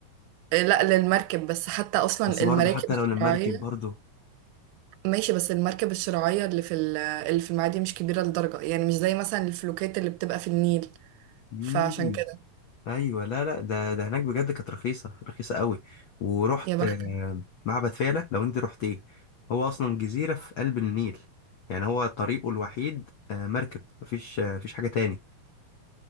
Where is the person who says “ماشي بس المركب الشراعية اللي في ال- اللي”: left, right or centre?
Right